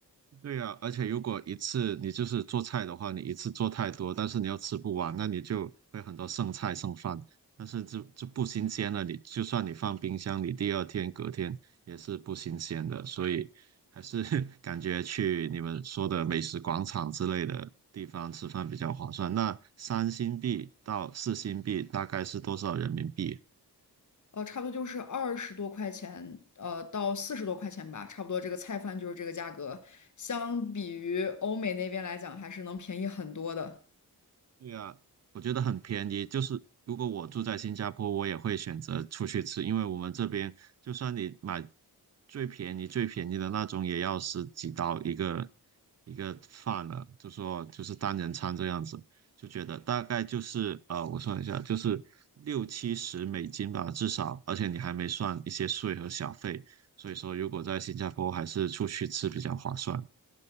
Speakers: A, on the right; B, on the left.
A: 对呀，而且如果一次你就是做菜的话，你一次做太多，但是你又吃不完，那你就会很多剩菜剩饭。但是就就不新鲜了，你就算你放冰箱，你第二天隔天也是不新鲜的。所以还是 <laughs> 感觉去你们说的美食广场之类的地方吃饭比较划算。那三星币到四星币大概是多少人民币
B: 哦，差不多就是二十多块钱，呃，到四十多块钱吧，差不多这个菜饭就是这个价格，相比于欧美那边来讲，还是能便宜很多的。
A: 对啊，我觉得很便宜。就是如果我住在新加坡，我也会选择出去吃，因为我们这边就算你买最便宜最便宜的那种，也要十几刀一个一个饭了，就说就是单人餐这样子，就觉得大概就是呃，我算一下，就是六七十美金吧，至少，而且你还没算一些税和小费，所以说如果在新加坡还是出去吃比较划算。